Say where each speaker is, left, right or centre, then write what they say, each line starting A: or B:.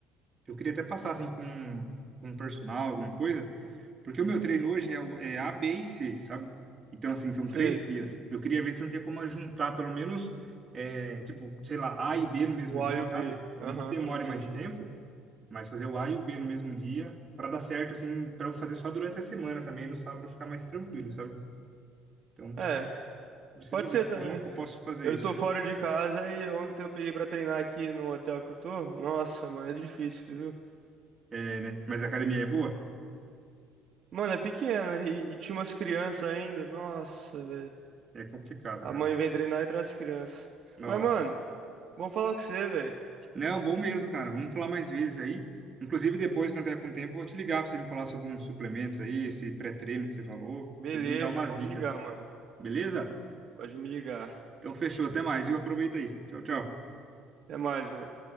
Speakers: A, on the right; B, on the right.
A: Eu queria até passar, assim, com, com um personal, alguma coisa. Porque o meu treino hoje é, o- é A, B e C, sabe? Então, assim, são
B: Sei.
A: três dias. Eu queria ver se não tinha como juntar, pelo menos, é, tipo, sei lá, A e B no mesmo
B: O
A: dia,
B: A e o
A: sabe?
B: B. Aham,
A: Nem que demore
B: entendi.
A: mais tempo. Mas fazer o A e o B no mesmo dia, para dar certo, assim, para eu fazer só durante a semana também, no sábado ficar mais tranquilo, sabe? Então preciso,
B: É,
A: preciso
B: pode
A: ver
B: ser também.
A: como que eu posso fazer
B: Eu
A: isso.
B: tô fora de casa e ontem eu peguei pra treinar aqui no hotel que eu tô. Nossa, mano, é difícil, viu?
A: É, né? Mas a academia é boa?
B: Mano, é pequena e, e tinha umas crianças ainda. Nossa, velho.
A: É, é complicado,
B: A
A: cara.
B: mãe vem treinar e traz crianças.
A: Nossa.
B: Mas, mano, bom falar com você, velho.
A: Não, bom mesmo, cara. Vamos falar mais vezes aí. Inclusive, depois, quando tiver com tempo, eu vou te ligar para você me falar sobre uns suplementos aí, esse pré-treino que você falou. pra
B: Beleza,
A: Você me dar umas
B: pode
A: dicas,
B: me ligar, mano.
A: beleza?
B: Pode me ligar.
A: Então, fechou. Até mais, viu? Aproveita aí. Tchau, tchau.
B: Até mais, mano.